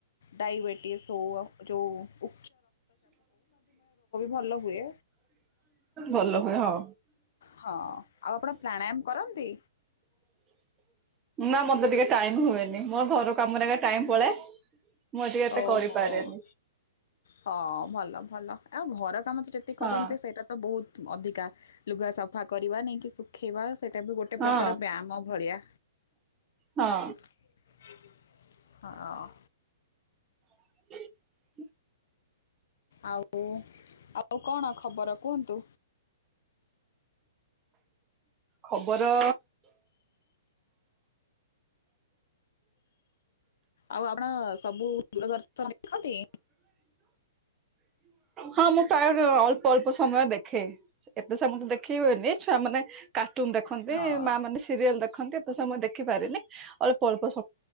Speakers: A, on the left (about 65°); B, on the right (about 20°).
A: ଡାଇବେଟିସ ହୋଉ ଯୋଉ ଉ ଭଲ ହୁଏ
B: ଭଲ ହୁଏ ହଁ।
A: ହଁ ଆଉ ଆପଣ ପ୍ରାଣାୟାମ କରନ୍ତି?
B: ନା ମତେ ଟିକେ ଟାଇମ ହୁଏନି, ମୋ ଘର କାମରେ ଟାଇମ ପଳାଏ। ମୁଁ ଏତେ
A: ଓହୋ
B: କରିପାରେନି।
A: ହଁ ଭଲ ଭଲ ଆଉ ବ ତମର ତ ଯେତିକି କରନ୍ତି
B: ହଁ
A: ସେଇଟା ତ ବହୁତ <unintelligible> କା ଲୁଗା ସଫା କରିବା ନେଇକି ସି ଖିବା ସେଇଟା ବି ଗୋଟେ
B: ହଁ
A: ପ୍ରକାର ବ୍ୟାୟାମ ଭଳିଆ।
B: ହଁ
A: <inaudible> ହଁଅ।
B: <inaudible>
A: ଆଉ ଆଉ କଣ ଖବର କୁହନ୍ତୁ?
B: ଖବର
A: ଆଉ ଆପଣ ସବୁ ଦୂରଦର୍ଶନ ଦେଖନ୍ତି?
B: ହଁ ମୁଁ ପ୍ରାୟ ଅଳ୍ପ ଅଳ୍ପ ସମୟ ଦେଖେ ।ଏତେ ସମୟ ତ ଦେଖେଇ ହୁଏନି। ଛୁଆମାନେ କା ର୍ଟୁନ୍ ଦେଖନ୍ତି
A: ହଁ
B: ମା ମାନେ ସିରିଏଲ ଦେଖ ଖନ୍ତି, ଏତେ ସମୟ ଦେଖିପାରେନି ଅଳ୍ପ ଅଳ୍ପ ସ